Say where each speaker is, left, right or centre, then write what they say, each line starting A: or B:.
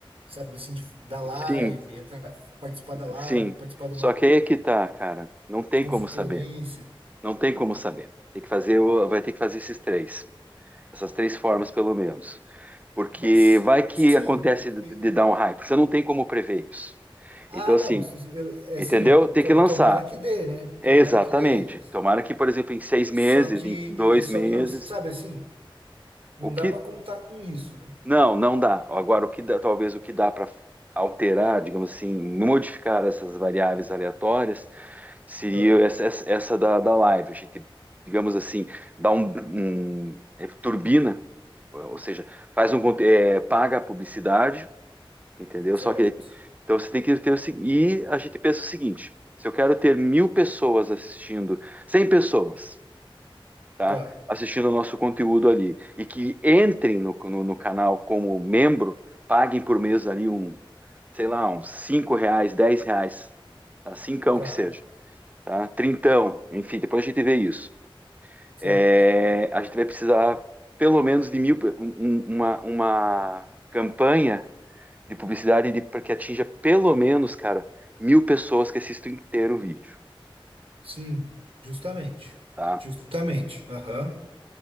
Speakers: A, on the right; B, on the right.
A: sabe, assim, de, da live,
B: Sim,
A: entrar, participar da live,
B: sim.
A: ou participar de
B: Só
A: uma
B: que aí é que tá, cara. Não tem
A: videoconferência
B: como saber. Não tem como saber. Tem que fazer, o- vai ter que fazer esses três. Essas três formas, pelo menos. Porque
A: Mas
B: vai que
A: sim,
B: acontece de,
A: e- e-
B: de dar um hype. Você não tem como prever isso.
A: ah,
B: Então, assim,
A: não, se- eu- é assim,
B: entendeu? Tem
A: to-
B: que lançar.
A: tomara que dê, né? Tomara
B: É exatamente.
A: que dê.
B: Tomara que, por exemplo, em seis
A: Só
B: meses,
A: que,
B: em dois
A: só
B: meses,
A: que eu, sabe assim, não
B: o
A: dá
B: que
A: para contar com isso, né?
B: Não, não dá. Agora, o que dá, talvez o que dá para alterar, digamos assim, modificar essas variáveis aleatórias, seria
A: Ah,
B: essa, essa essa da, da live. A gente, digamos assim, dá um, um- é, turbina, ou seja, faz um conte- é, paga a publicidade, entendeu?
A: certo.
B: Só que então você tem que ter o seguinte. E a gente pensa o seguinte: se eu quero ter mil pessoas assistindo, 100 pessoas tá?
A: Tá,
B: Assistindo o nosso conteúdo ali. E que entrem no, no, no canal como membro, paguem por mês ali um, sei lá, uns 5 reais, 10 reais, tá? Cincão
A: tá,
B: que seja, tá? Trintão, enfim, depois a gente vê isso.
A: certo.
B: É, a gente vai precisar pelo menos de mil, um- um, uma, uma campanha de publicidade de, para que atinja pelo menos, cara, mil pessoas que assistam inteiro o vídeo,
A: Sim, justamente.
B: tá?
A: Justamente. Aham.